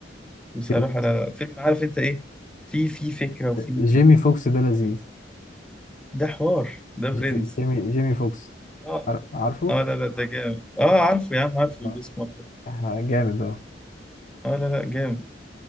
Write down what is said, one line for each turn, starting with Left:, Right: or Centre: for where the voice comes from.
Centre: بصراحة
Left: كده
Centre: لا لا فيلم عارف انت ايه في في فكرة وفي
Left: وجيمي فوكس ده لذيذ
Centre: ده حوار ده
Left: جيمي
Centre: برنس
Left: جيمي, جيمي فوكس
Centre: اه
Left: عار- عارفه؟
Centre: اه لا لا ده جامد اه عارفه يا عم عارفه
Left: لا
Centre: الاسمر ده
Left: آه، جامد اه
Centre: اه لا لا جامد